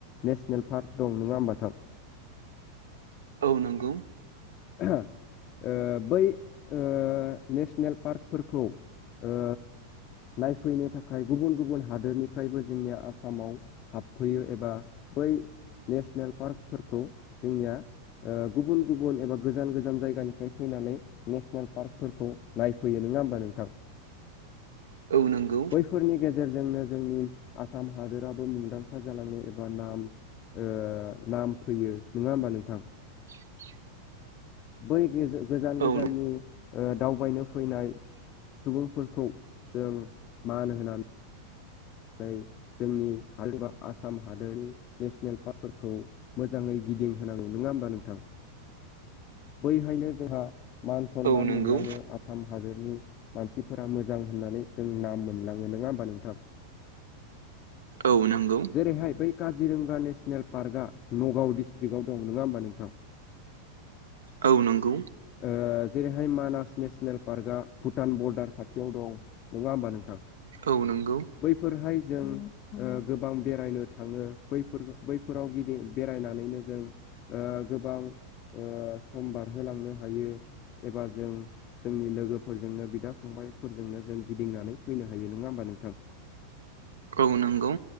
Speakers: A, on the left (about 35°); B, on the right (about 65°).
A: नेसनेल पार्क दं नङा होमबा नोंथां
B: औ नंगौ
A: ओ बै ओ नेसनेल पार्कफोरखौ ओ नायफैनो थाखाय गुबुन-गुबुन हादोरनिफ्रायबो जोंनिया आसामाव हाबफैयो एबा बै नेसनेल पार्कफोरखौ जोंनिया ओ गुबुन गुबुन एबा गोजान गोजान जायगानिफ्राय फैनानै नेसनेल पार्कफोरखौ नायफैयो नङा होमबा नोंथां
B: औ नंगौ
A: बैफोरनि गेजेरजोंनो जोंनि आसाम हादोराबो मुंदांखा जालांनाय एबा नाम ओ नाम फैयो नङा होमबा नोंथां
B: <inaudible>
A: बै गोजान गोजाननि।
B: औ नंगौ
A: दावबायनो फैनाय सुबुंफोरखौ जों मान होनानै। नै जोंनि आसाम हादोरनि नेसनेल पार्कफोरखौ। मोजाङै गिदिं होनांगौ नङा होमबा नोंथां बैहायनो जोंहा। मान सनमान
B: औ नंगौ
A: मोनलाङो। आसाम हादोरनि मानसिफोरा मोजां होननानै जों नाम मोनलाङो नङा होमबा नोंथां।
B: औ नंगौ।
A: जेरैहाय बै काजिरंगा नेसनेल पार्कआ नगाव डिस्त्रिकआव दं नङा होमबा नोंथां।
B: औ नंगौ।
A: औ जेरैहाय मानास नेसनेल पार्कआ भुटान बरडार खाथियाव दं नङा होमबा नोंथां।
B: औ नोंगौ।
A: बैफोरहाय जों ओ गोबां बेरायनो थाङो बैफोराव गिदि बेरायनानैनो जों ओ गोबां ओ सम बारहोलांनो हायो। एबा जों जोंनि लोगोफोरजोंनो बिदा फंबायफोरजोंनो जों गिदिंनानै फैनो हायो नङा होमबा नोंथां।
B: औ नंगौ।